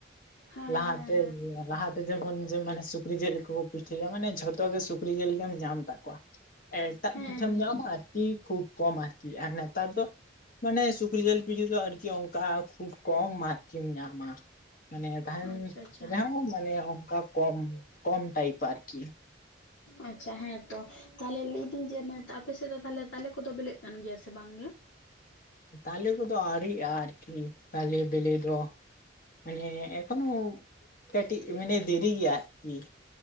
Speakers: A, on the left (about 85°); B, on the left (about 45°).
A: ᱦᱮᱸ
B: ᱞᱟᱦᱟᱛᱮ
A: ᱦᱮᱸ ᱦᱮᱸ
B: ᱞᱟᱦᱟᱛᱮ ᱡᱮᱢᱚᱱ ᱢᱟᱱᱮ ᱥᱩᱠᱨᱤ ᱡᱤᱞ ᱠᱚᱠᱚ ᱯᱤᱴᱷᱟᱹᱭᱟ ᱢᱟᱱᱮ ᱡᱷᱚᱛᱚ ᱜᱮ ᱥᱩᱠᱨᱤ ᱡᱤᱞ ᱜᱮᱢ ᱧᱟᱢ ᱛᱟᱠᱚᱣᱟ᱾ ᱮᱴᱟᱜ
A: ᱦᱮᱸ
B: ᱯᱤᱴᱷᱟᱹᱢ ᱧᱟᱢᱟ ᱟᱨᱠᱤ ᱠᱷᱩᱵ ᱠᱚᱢ ᱟᱨᱠᱤ ᱟᱨ ᱱᱮᱛᱟᱨ ᱫᱚ ᱢᱟᱱᱮ ᱥᱩᱠᱨᱤ ᱡᱤᱞ ᱯᱤᱴᱷᱤ ᱫᱚ ᱟᱨᱠᱤ ᱚᱱᱠᱟ ᱠᱷᱩᱵ ᱠᱚᱢ ᱟᱨᱠᱤᱢ ᱧᱟᱢᱟ᱾ ᱢᱟᱱᱮ ᱛᱟᱦᱮᱸᱱ
A: ᱟᱪᱪᱷᱟ ᱟᱪᱪᱷᱟ
B: ᱨᱮᱦᱚᱸ ᱢᱟᱱᱮ ᱚᱱᱠᱟ ᱠᱚᱢ ᱠᱚᱢ ᱴᱟᱭᱤᱯ ᱟᱨᱠᱤ᱾
A: ᱟᱪᱪᱷᱟ ᱦᱮᱸᱛᱚ᱾ ᱛᱟᱦᱚᱞᱮ ᱞᱟᱹᱭᱫᱟᱹᱧ ᱡᱮ ᱟᱯᱮ ᱥᱮᱫ ᱫᱚ ᱛᱟᱦᱞᱮ ᱛᱟᱞᱮ ᱠᱚᱫᱚ ᱵᱞᱮᱜ ᱠᱟᱱ ᱜᱮᱭᱟ ᱥᱮ ᱵᱟᱝᱜᱮ?
B: ᱛᱟᱞᱮ ᱠᱚᱫᱚ ᱟᱣᱨᱤᱭᱜᱼᱟ ᱟᱨᱠᱤ ᱛᱟᱞᱮ ᱵᱮᱤᱞᱮ ᱫᱚ᱾ ᱢᱟᱱᱮ ᱮᱠᱷᱚᱱᱳ ᱠᱟᱹᱴᱤᱡ ᱢᱟᱱᱮ ᱫᱮᱨᱤ ᱜᱮᱭᱟ ᱟᱨᱠᱤ᱾